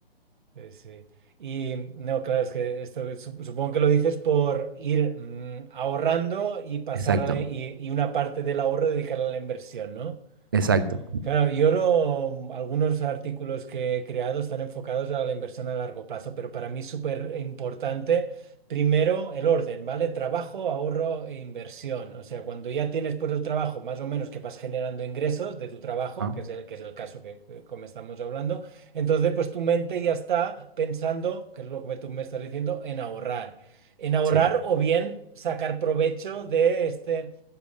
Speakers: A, on the right; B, on the right.
A: Sí, sí. Y no, claro, es que esto sup- supongo que lo dices por ir mm, ahorrando y pasar
B: Exacto,
A: a la- y, y una parte del ahorro dedicarla a la inversión, ¿no?
B: exacto.
A: Claro, yo lo, algunos artículos que he creado están enfocados a la inversión a largo plazo, pero para mí es súper importante, primero, el orden, ¿vale? Trabajo, ahorro e inversión. O sea, cuando ya tienes por el trabajo más o menos que vas generando ingresos de tu trabajo,
B: Ajá,
A: que es el, que es el caso que, que- como estamos hablando, entonces pues tu mente ya está pensando, que es lo que tú me estás diciendo, en ahorrar. En ahorrar
B: sí,
A: o bien sacar provecho de este